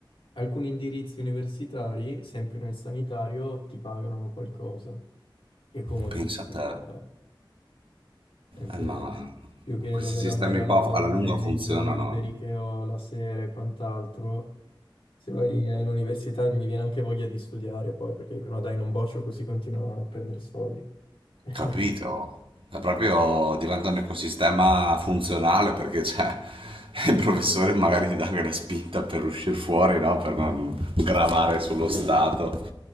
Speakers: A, on the left (about 80°); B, on the right (about 85°).
A: alcuni indirizzi universitari, sempre nel sanitario, ti pagano qualcosa. È comodissimo,
B: Pensa a te.
A: cioè, niente-
B: Eh, ma
A: più che
B: questi
A: dover
B: sistemi
A: andare a lavorare
B: qua alla lunga
A: nei
B: funzionano.
A: giorni liberi che ho, la sera e quant'altro. Se vai eh, all'università mi viene anche voglia di studiare poi, perché dicono "No, dai, non boccio così continuo a prendere soldi. <laughs>
B: Capito? È proprio diventa un ecosistema funzionale perché c'è <laughs> il professore magari ti dà anche la spinta per uscire fuori, no? Per non gravare sullo Stato.